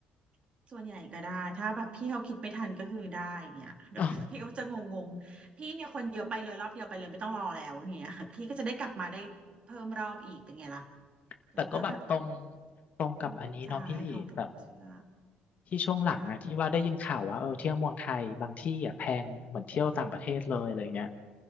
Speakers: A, on the right; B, on the left.
A: ๆส่วนใหญ่ก็ได้ถ้าแบบพี่เขาคิดไม่ทันก็คือได้อย่างเงี้ย <laughs>
B: อ๋อ
A: พี่ก็จะงงๆพี่เนี่ยคนเยอะไปเลยรอบเดียวไปเลยไม่ต้องรอแล้วเนี่ยพี่ก็จะได้กลับมาได้เพิ่มรอบอีกเป็นไงล่ะ
B: <laughs>
A: เราก็แบบ
B: แต่ก็แบบตรงตรงกับอันนี้เนาะพี่แบบ
A: พูดจาให้เขาเชื่อ
B: ที่ช่วงหลังอะที่ว่าได้ยินข่าวว่าเออเที่ยวเมืองไทยบางที่อะแพงเหมือนเที่ยวต่างประเทศเลยอะไรเงี้ย
A: ค่ะ